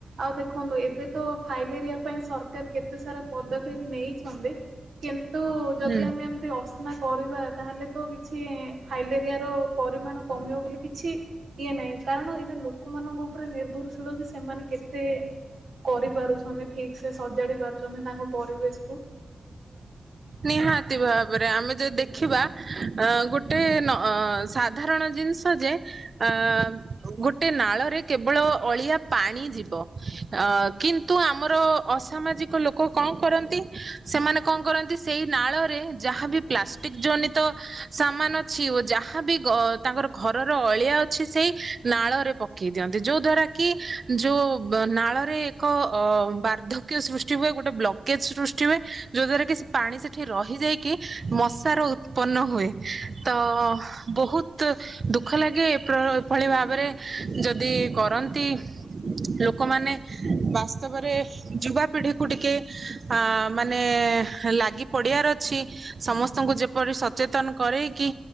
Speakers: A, on the right; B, on the right.
A: ଆଉ ଦେଖନ୍ତୁ ଏବେ ତ ଫାଇଲେରିଆ ପାଇଁ ସରକାର କେତେ ସାରା ପଦକ୍ଷେପ ନେଇଛନ୍ତି। କିନ୍ତୁ ଯଦି
B: ହୁଁ
A: ଆମେ ଏମତି ଅସ୍ନା କରିବା ତାହେଲେ ତ କିଛି ଫାଇଲେରିଆ ର ପରିମାଣ କମିବ ବୋଲି କିଛି ଇଏ ନାହିଁ। କାରଣ ଏଇଟା ଲୋକମାନଙ୍କୁ ଉପରେ ନିର୍ଭରଶୀଳ ଯେ ସେମାନେ କେତେ କରିପାରୁଛନ୍ତି। ଠିକ୍ ସେ ସଜାଡି ପାରୁଛନ୍ତି। ତାଙ୍କ ପରିବେଶ।
B: ନିହାତି ଭାବରେ ଆମେ ଯଦି ଦେଖିବା ଅ ଗୋଟେ ନ ସା ସାଧାରଣ ଜିନିଷ ଯେ ଅ ଗୋଟେ ନାଳରେ କେବଳ ଅଳିଆ ପାଣି ଯିବ। ଅ କିନ୍ତୁ ତୁ ଆମର ଅସାମାଜିକ ଲୋକ କଣ କରନ୍ତି। ସେମାନେ କଣ କରନ୍ତି ସେଇ ନାଳରେ ଯାହା ବି ପ୍ଲାଷ୍ଟିକ୍ ଜନିତ ସାମାନ ଅଛି ଓ ଯାହାବି ଗ-ତାଙ୍କର ଘରର ଅଳିଆ ଅଛି, ସେଇ ନାଳରେ ପକେଇ ଦିଅନ୍ତି। ଯୋଉ ଦ୍ଵାରା କି ଯୋଉ ନାଳରେ ଏକ ଅ ବାର୍ଦ୍ଧ କ୍ୟ ସୃଷ୍ଟି ହୁଏ, ଗୋଟେ ବ୍ଲକେଜ୍ ସୃଷ୍ଟି ହୁଏ। ଯୋ ଦ୍ଵାରା କି ସେ ପାଣି ସେଠି ରହିଯାଇକି ମଶାର ଉତ୍ପନ୍ନ ହୁଏ। ତ ବହୁତ ଦୁଃଖ ଲାଗେ ପ୍ର ଏଭଳି ଭାବରେ ଯଦି କରନ୍ତି। ଲୋକମାନେ ବାସ୍ତବରେ ଯୁବାପିଢିକୁ ଟିକେ ଅ ମାନେ ମାନେ ଲାଗି ପଡିବାର ଅଛି। ସମସ୍ତଙ୍କୁ ଯେପରି ସଚେତନ କରେଇ କି